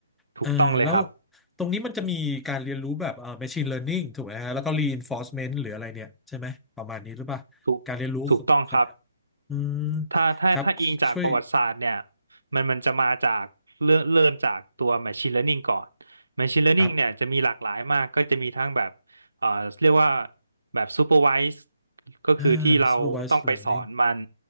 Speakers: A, on the right; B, in the centre.
A: ถูกต้องเลยครับ
B: เออแล้วตรงนี้มันจะมีการเรียนรู้แบบเอ่อ Machine Learning ถูกไหมฮะแล้วก็ Reinforcement หรืออะไรเนี่ยใช่ไหมประมาณนี้หรือเปล่าการเรียนรู้ของครับ
A: ถูกถูกต้องครับ
B: อืม
A: ถ้าถ้าถ้าอิงจากประวัติศาสตร์เนี่ย
B: ครับช่วย
A: มันมันจะมาจากเริ่มเริ่มจากตัว Machine Learning ก่อน Machine Learning
B: ครับ
A: เนี่ยจะมีหลากหลายมากก็จะมีทั้งแบบเอ่อเรียกว่าแบบ Supervised ก็คือที่เราต้องไปสอนมัน
B: อ่า Supervised Learning